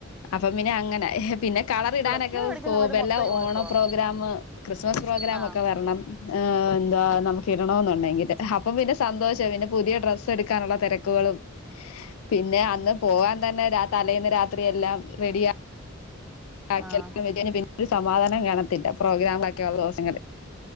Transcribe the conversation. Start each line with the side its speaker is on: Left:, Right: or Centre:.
Left: അപ്പം പിന്നെ അങ്ങനായി. പിന്നെ കളറ് ഇടാനൊക്കെ
Centre: പ്ലസ് ടു പഠിക്കുന്ന
Left: സ്കോ
Centre: സമയത്ത്
Left: വെല്ല
Centre: മൊത്തം യൂണിഫോമാ
Left: ഓണ പ്രോഗ്രാമ് ക്രിസ്മസ് പ്രോഗ്രാമൊക്കെ
Centre: ആഹ്
Left: വരണം ഏഹ് എന്താ നമുക്ക് ഇടണോന്നുണ്ടെങ്കിൽ. അപ്പം പിന്നെ സന്തോഷാ പിന്നെ പുതിയ ഡ്രസ്സ് എട്ക്കാനുള്ള തെരക്കുകളും പിന്നെ അന്ന് പോവാൻ തന്നെ രാ തലേന്ന് രാത്രി എല്ലാം റെഡിയാ യാക്കിയാൽ
Centre: ആഹ്
Left: <unintelligible> സമാധാനം കാണത്തില്ല പ്രോഗ്രാമൊക്കെ ഒള്ളദോസങ്ങള്